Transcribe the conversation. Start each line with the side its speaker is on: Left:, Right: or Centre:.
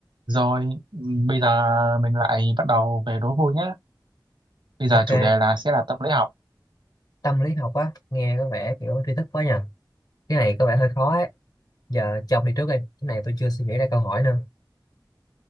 Right: Rồi, ừm, bây giờ mình lại bắt đầu về đố vui nhé. Bây giờ
Left: Ok,
Right: chủ đề là sẽ là tâm lý học.
Left: tâm lý học á, nghe có vẻ kiểu tri thức quá nhỉ. Cái này có vẻ hơi khó ấy. Giờ cho ông đi trước đi. Cái này tôi chưa suy nghĩ ra câu hỏi nữa.